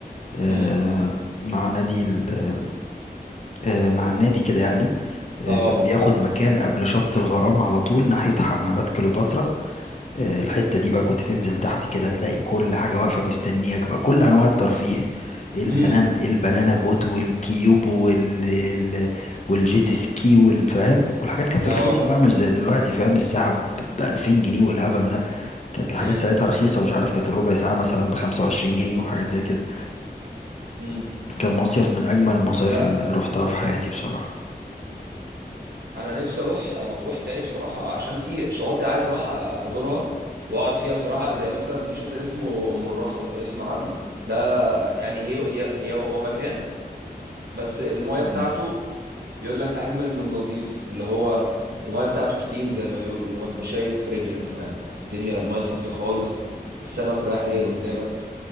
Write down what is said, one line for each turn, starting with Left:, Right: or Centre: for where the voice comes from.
Left: أه
Right: امم
Left: مع نادي ال- أه مع النادي كده يعني أه
Right: اه
Left: كان بياخد مكان قبل شط الغرام على طول ناحية حمامات كليوباترا آه، الحتة دي بقى كنت تنزل تحت كده تلاقي كل حاجة واقفة مستنياك بقى كل أنواع الترفيه البنان
Right: امم
Left: البنانا بوت والكيوب وال ال- والجيت سكي والفاهم والحاجات كانت
Right: اه
Left: رخيصة بقى مش زي دلوقتي فاهم الساعة ب 2000 جنيه والهبل ده كانت الحاجات
Right: امم
Left: ساعتها رخيصة مش عارف كانت الربع ساعة مثلا ب 25 جنيه وحاجات زي كده
Right: امم
Left: كان مصيف من أجمل المصايف
Right: لا
Left: اللي روحتها في حياتي بصراحة
Right: انا نفسي اروح مطروح تاني بصراحه عشان في شواطئ عايز اروح ازورها واقعد فيها بصراحه زي مثلا في شاطئ اسمه ام الرخم لو تسمع عنه ده يعني هي هي هي هو مكان بس المايه
Left: مم.
Right: بتاعته بيقول لك اجمل من المالديفز اللي هو المايه بتاعته بسين زي ما بيقولوا اللي هو انت شايف في رجلك فاهم الدنيا مايه صافيه خالص السمك رايح
Left: مم.
Right: جاي قدامك